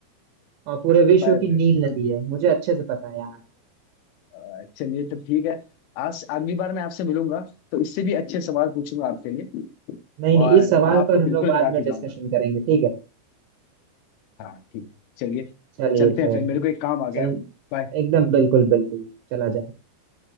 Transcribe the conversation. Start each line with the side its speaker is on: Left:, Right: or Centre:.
Right: और पूरे विश्व
Left: पर
Right: की नील नदी
Left: गुड
Right: है मुझे अच्छे से पता है यार
Left: अ, चलिए तो ठीक है आज अगली बार मैं आपसे मिलूंगा तो इससे भी अच्छे सवाल पूछूंगा आपके लिए
Right: नहीं नहीं
Left: और
Right: इस सवाल
Left: आपको
Right: पर हम
Left: बिल्कुल
Right: लोग बाद
Left: हरा
Right: में
Left: के जाऊंगा
Right: डिस्कशन करेंगे ठीक है
Left: हाँ ठीक है चलिए
Right: चलिए
Left: चलते
Right: फिर
Left: हैं फिर मेरे को एक काम आ गया
Right: चल
Left: है Bye.
Right: एकदम बिल्कुल बिल्कुल चला जाए